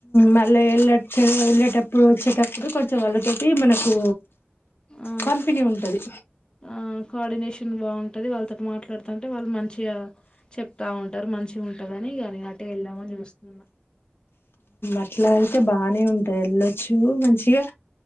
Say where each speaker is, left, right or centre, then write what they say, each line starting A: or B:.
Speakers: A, on the left (about 65°); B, on the left (about 25°).
A: మళ్ళ వెళ్ళచ్చ వెళ్ళేటప్పుడు వచ్చేటప్పుడు కొంచెం వాళ్ళ తోటి మనకు
B: ఆ
A: కంపిని ఉంటది
B: ఆ కోఆర్డినేషన్ బాగుంటది వాళ్ళతోటి మాట్లాడుతంటే వాళ్ళు మంచిగా చెప్తా ఉంటారు మంచిగా ఉంటదని అని అటే ఎల్దమని చూసుతున్న
A: అట్లా అయితే బానే ఉంటాది ఎళ్ళొచ్చు మంచిగా